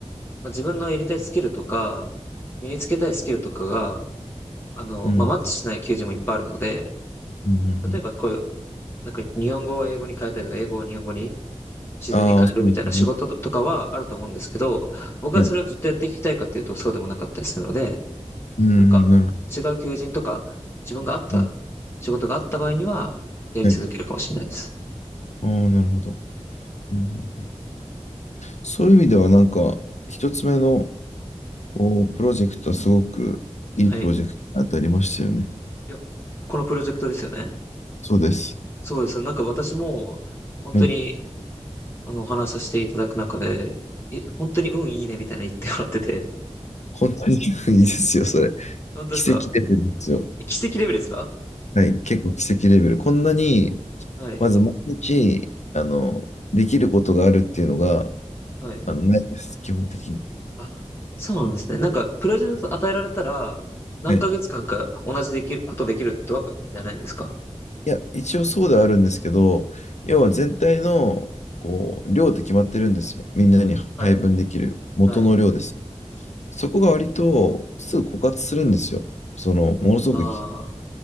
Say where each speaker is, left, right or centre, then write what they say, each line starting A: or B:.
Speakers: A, on the left; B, on the left.
A: まあ自分のやりたいスキルとか、身につけたいスキルとかが、あの、
B: うん、
A: まあ、マッチしない求人もいっぱいあるので、
B: うん、うん、
A: 例えばこういう、なんか日本語を英語に変えたりとか、英語を日本語に自然に変えるみたいな仕事とかはあると思うんですけど、
B: ああー、そうですね。
A: 僕はそれをずっとやっていきたいかっていうとそうでもなかったりするので、
B: はい。うん、うんなるほど。
A: なんか違う求人とか、自分があった仕事があった場合には、
B: うん
A: やり続けるかもしれないです。
B: はい。ああ、なるほど。うんうんそういう意味ではなんか、一つ目のこうプロジェクトはすごくいいプロジェクトに当たりましたよね。
A: はい。いや、このプロジェクトですよね。
B: そうです。
A: そうです。なんか私も、本当に
B: はい。
A: あの、お話しさせていただく中で、え、本当に運いいねみたいな言ってもらってて。
B: 本当に <laughs> いいですよ、それ。<laughs>
A: 本当ですか
B: 奇跡レベルですよ。
A: え奇跡レベルですか
B: はい。結構奇跡レベル。こんなに、
A: はい。
B: まず毎日、あの、できることがあるっていうのが、
A: はい。
B: あの、ないです、基本的に。
A: あ、そうなんですね。なんか、プロジェクト与えられたら、何ヶ月間か同じできる、
B: はい。
A: ことできるってわけじゃないんですか
B: いや、一応そうではあるんですけど、要は全体の、こう、量って決まってるんですよ。みんなに配分できる元の量です。
A: はい。はい。
B: そこが割とすぐ枯渇するんですよ。その、ものすごく、
A: あ